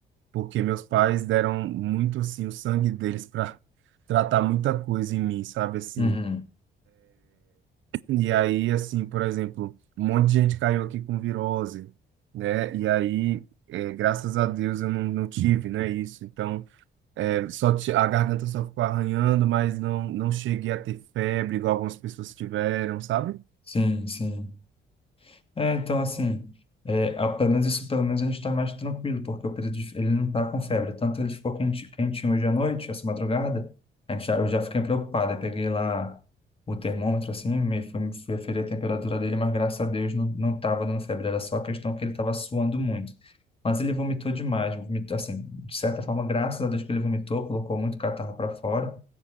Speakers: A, on the right; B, on the left.
A: porque meus pais deram muito, assim, o sangue deles para tratar muita coisa em mim, sabe, assim
B: Uhum.
A: E aí, assim, por exemplo, um monte de gente caiu aqui com virose, né? E aí, é, graças a Deus eu não, não tive, né, isso. Então, é, só ti- a garganta só ficou arranhando, mas não, não cheguei a ter febre, igual algumas pessoas tiveram, sabe?
B: Sim, sim. É, então, assim, é, ah, pelo menos isso, pelo menos a gente está mais tranquilo, porque o Pedro, de- ele não está com febre. Tanto ele ficou quente, quentinho hoje à noite, essa madrugada, a gente já, eu já fiquei preocupado. Eu peguei lá o termômetro, assim, me, fui, fui aferir a temperatura dele, mas graças a Deus não, não estava dando febre, era só a questão que ele estava suando muito. Mas ele vomitou demais, vomitou, assim, de certa forma, graças a Deus que ele vomitou, colocou muito catarro para fora,